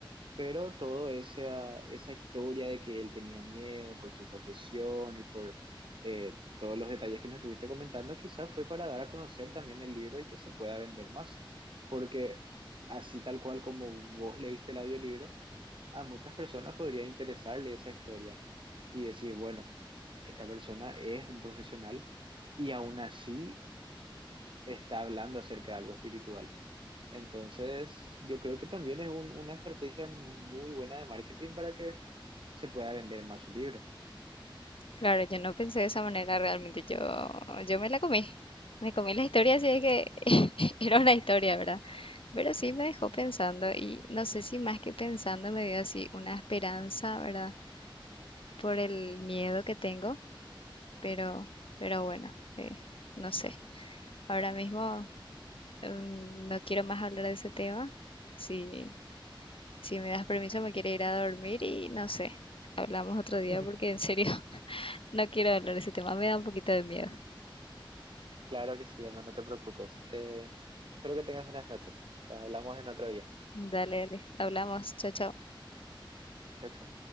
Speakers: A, on the right; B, on the left.
A: pero todo esa, esa historia de que él tenía miedo por su profesión y por eh, todos los detalles que me estuviste comentando, quizás fue para dar a conocer también el libro y que se pueda vender más, porque así tal cual como vos leíste el audiolibro, a muchas personas podría interesarle esa historia y decir, bueno, esta persona es un profesional y aún así está hablando acerca de algo espiritual. Entonces, yo creo que también es un- una estrategia muy buena de marketing para que se pueda vender más su libro.
B: Claro, yo no pensé de esa manera realmente, yo, yo me la comí, me comí la historia, así es que <laughs> era una historia, ¿verdad? Pero sí me dejó pensando y no sé si más que pensando me dio así una esperanza, ¿verdad? Por el miedo que tengo, pero, pero bueno, eh, no sé. Ahora mismo mm, no quiero más hablar de ese tema. Si Si me das permiso, me quiero ir a dormir y no sé. Hablamos otro día
A: <laughs>
B: porque en serio <laughs> no quiero hablar de ese tema, me da un poquito de miedo.
A: Claro que sí, Emma, no te preocupes. Eh, espero que tengas buenas noches. Hablamos en otro día.
B: Dale, dale. Hablamos. Chao, chao.
A: Chao, chao.